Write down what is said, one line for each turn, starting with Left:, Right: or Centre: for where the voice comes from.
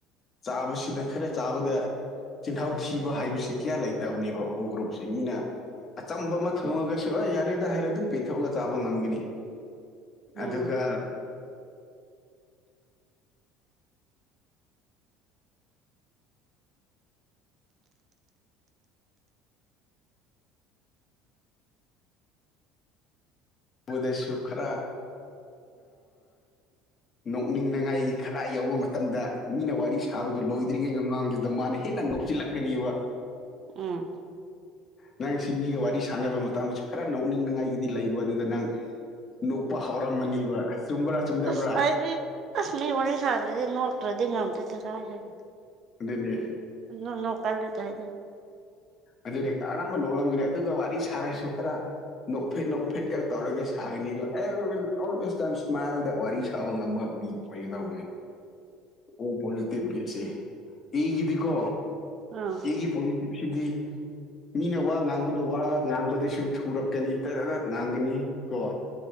Left: ꯆꯥꯕꯁꯤꯗ ꯈꯔ ꯆꯥꯕꯗ ꯆꯤꯟꯜꯍꯥꯎ ꯊꯤꯕ ꯍꯥꯏꯕꯁꯤ ꯀꯌꯥ ꯂꯩꯇꯕꯅꯦꯕ ꯎ ꯒ꯭ꯔꯨꯞꯁꯤꯦ ꯃꯤꯅ ꯑꯆꯝꯕ ꯑꯃ ꯊꯣꯡꯉꯒꯁꯨ ꯑ ꯌꯥꯔꯦꯗ ꯍꯥꯏꯔ ꯑꯗꯨꯝ ꯄꯦꯟꯊꯣꯛꯑꯒ ꯆꯥꯕ ꯉꯝꯒꯅꯤ
Right: ꯎꯝ
Left: ꯑꯗꯨꯒ <unintelligible> ꯁꯨ ꯈ꯭ꯔꯥ ꯅꯣꯛꯅꯤꯡꯅꯉꯥꯏꯒꯤ ꯈꯔ ꯌꯎꯧꯕ ꯃꯇꯝꯗ ꯃꯤꯅ ꯋꯥꯔꯤ ꯁ ꯊꯥꯕꯗꯨ ꯂꯣꯏꯗ꯭ꯔꯤꯉꯩ ꯃꯃꯥꯡꯗꯨꯗ ꯃꯥꯅ ꯍꯦꯟꯅ ꯅꯣꯛꯁꯤꯜꯂꯛꯀꯅꯦꯕ
Right: ꯎꯝ
Left: ꯅꯪ ꯁꯤ ꯃꯤꯒ ꯋꯥꯔꯤ ꯁꯥꯟꯅꯕ ꯃꯇꯝꯗꯁꯨ ꯈꯔ ꯅꯣꯛꯅꯤꯡꯅꯉꯥꯏꯒꯤꯗꯤ ꯂꯩꯕ ꯑꯗꯨꯗ ꯅꯪ ꯅꯣꯛꯄ ꯍꯧꯥꯎꯔꯝꯃꯅꯤꯕ ꯆꯨꯝꯕ꯭ꯔꯥ ꯆꯨꯝꯗꯕ꯭ꯔꯥ
Right: ꯑꯁ ꯑꯩꯗꯤ ꯑꯁ ꯃꯤ ꯋꯥꯔꯤ ꯁꯥꯗ꯭ꯔꯗꯤ ꯅꯣꯛꯇ꯭ꯔꯗꯤ ꯉꯝꯗ꯭ꯔꯦꯗ ꯀꯥꯏꯗꯗꯤ
Left: ꯑꯗꯨꯅꯦ
Right: ꯅ ꯅ ꯀꯜꯗ ꯇꯗꯅꯤ
Left: ꯑꯗꯨꯗꯤ ꯀꯔꯝꯕ ꯅꯣꯛꯂꯝꯒꯗꯦ ꯑꯗꯨꯒ ꯋꯥꯔꯤ ꯁꯥꯔꯁꯨ ꯈꯔ ꯅꯣꯛ ꯎꯐꯦꯠ ꯅꯣꯛ ꯎꯐꯦꯠꯀ ꯇꯧꯔꯒ ꯁꯥꯒꯅꯤꯕꯁ ꯇꯥꯏꯝ ꯏꯁꯃꯥꯏꯜꯗ ꯋꯥꯔꯤ ꯁꯥꯕ ꯉꯝꯕ ꯃꯤꯅꯤ ꯑꯣꯏꯒꯗꯧꯕꯅꯦ ꯑꯣ ꯄꯣꯖꯤꯇꯤꯕ ꯒꯤꯁꯦ ꯑꯩꯒꯤꯗꯤꯀꯣ
Right: ꯑꯥ
Left: ꯑꯩꯒꯤ ꯄꯁꯤꯗꯤ ꯃꯤꯅ ꯋꯥ ꯉꯥꯡꯕꯗꯣ ꯋꯥ ꯉꯥꯡꯕꯗꯁꯨ ꯊꯨꯔꯛꯀꯅꯤ ꯇꯠ ꯇꯗꯠ ꯉꯥꯡꯒꯅꯤ ꯀꯣ